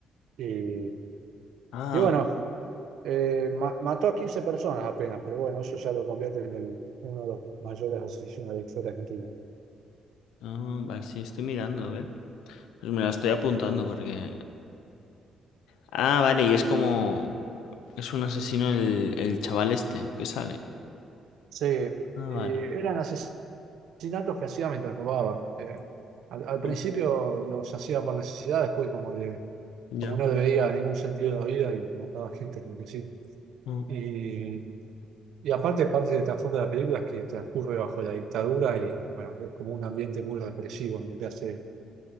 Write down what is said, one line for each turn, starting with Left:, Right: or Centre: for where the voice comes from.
Right: Y,
Left: Ah,
Right: y bueno,
Left: vale.
Right: eh, ma- mató a 15 personas apenas, pero bueno, eso ya lo convierte en el- uno de los mayores asesinos de la historia argentina.
Left: Ah, vale, sí, estoy mirando, a ver. Pues me la estoy apuntando porque Ah, vale, y es como... Es un asesino el, el chaval este que sale.
Right: Sí, eh,
Left: Ah, vale.
Right: eran asesinatos que hacía mientras robaba. Eh, al, al principio
Left: Mm,
Right: los hacía por necesidad, después como que
Left: Ya.
Right: como no le veía ningún sentido de la vida y mataba gente porque sí.
Left: Mm.
Right: Y, y aparte, parte de trasfondo de la película es que transcurre bajo la dictadura y bueno, es como un ambiente muy represivo en el que hace.